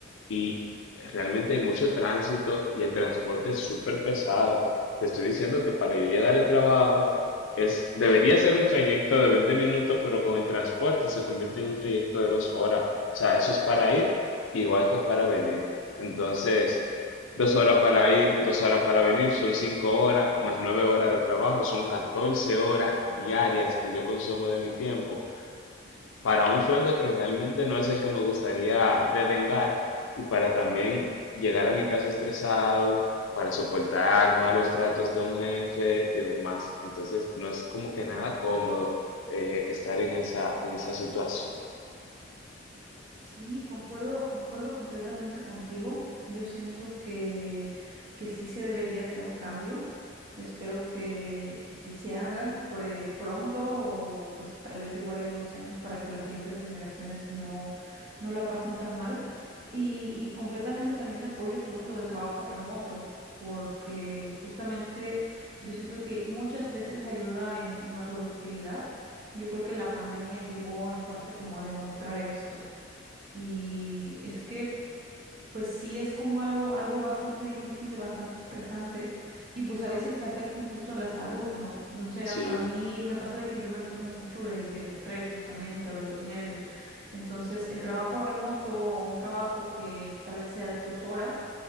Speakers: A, on the left (about 75°); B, on the right (about 55°).
A: y realmente hay mucho tránsito y el transporte es súper pesado. Te estoy diciendo que para yo llegar al trabajo es, debería ser un trayecto de 20 minutos, pero con el transporte se convierte en un trayecto de dos horas. O sea, eso es para ir igual que para venir. Entonces, dos horas para ir, dos horas para venir, son cinco horas, más nueve horas de trabajo, son 14 horas diarias que yo consumo de mi tiempo para un sueldo que realmente no es el que me gustaría devengar y para también llegar a mi casa estresado, para soportar malos tratos de un jefe y demás. Entonces, no es como que nada cómodo eh, estar en esa, en esa situación.
B: Sí, concuerdo, concuerdo completamente contigo. Yo siento que, que sí se debería hacer un cambio. Espero que, que sí se haga pre- pronto o pues tal vez igual en unos años para que las siguientes generaciones no, no la pasen tan mal. Y, y completamente también apoyo todo lo del trabajo remoto, porque justamente yo siento que muchas veces ayuda en, en la productividad y yo creo que la pandemia llegó en parte como a demostrar esto. Y es que, pues sí, es como algo, algo bastante difícil, y bastante estresante, y pues a veces te afecta incluso en la salud, ¿no? No sé, a,
A: Sí.
B: a mí me pasa de que yo me enfermo mucho del, del estrés justamente o de los nervios. Entonces, el trabajo remoto o un trabajo que tal vez sea de tus horas,